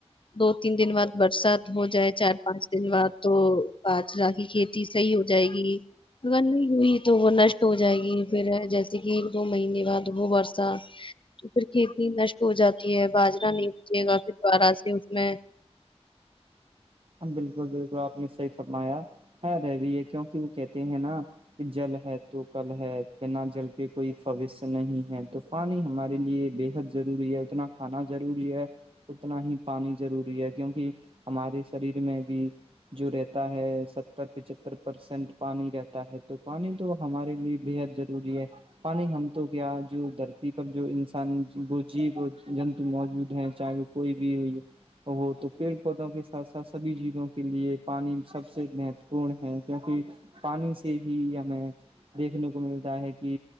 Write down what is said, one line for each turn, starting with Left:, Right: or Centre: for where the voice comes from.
Left: دو تین دن بعد برسات ہو جائے چار پانچ دن بعد تو باجرا کی کھیتی صحیح ہو جائے گی اگر نہیں ہوئی تو وہ نشٹ ہو جائے گی پھر جیسے کہ دو مہینے بعد وہ برسہ تو پھر کھیتی نشٹ ہو جاتی ہے باجرا نہیں پچے گا پھر دوارہ سے اس میں
Right: ہ بالکل بالکلپ سے کمایا ہے رہ بھی ہے کیونکہ وہ کہتے ہیں نا کہ جل ہے تو کل ہے کہ نہ جل کے کوئی فوش نہیں ہے تو پانی ہمارے لیے بے حد ضروری ہے اتنا کھانا ضروری ہے اتنا ہی پانی ضروری ہے کیونکہ ہمارے شر میں بھی جو رہتا ہے ستر پچتر پرسینٹ پانی رہتا ہے تو پانی تو ہمارے لیے بےحد ضروری ہے پانی ہم تو کیا جو دھرتی پر جو انسان وہ جی جنتو موجود ہیں چاہے وہ کوئی بھی ہو ہو تو پیڑ پودوں کے س سبھی جیووں کے لیے پانی سب سے مہتوپورن ہے کیونکہ پانی سے ہی ہمیں دیکھنے کو ملتا ہے کہ